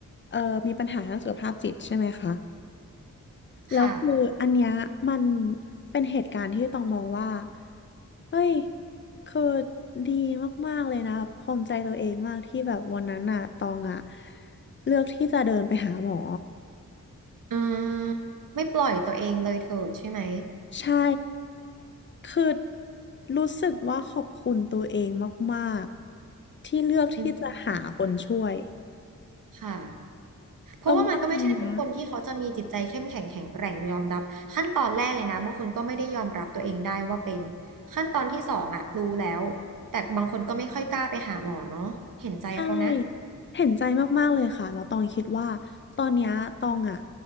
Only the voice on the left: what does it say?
เออมีปัญหาทางสุขภาพจิตใช่ไหมคะ แล้วคืออันเนี้ยมัน
เป็นเหตุการณ์ที่ต้องมองว่าเฮ้ยคือดีมากๆเลยนะภูมิใจตัวเองมากที่แบบวันนั้นน่ะตองอ่ะเลือกที่จะเดินไปหาหมอ
ใช่คือรู้สึกว่าขอบคุณตัวเองมากๆที่เลือกที่จะหาคนช่วย
ตรงว่าอันเนี้ย
ใช่เห็นใจมากๆเลยค่ะแล้วตองคิดว่าตอนเนี้ยตองอะ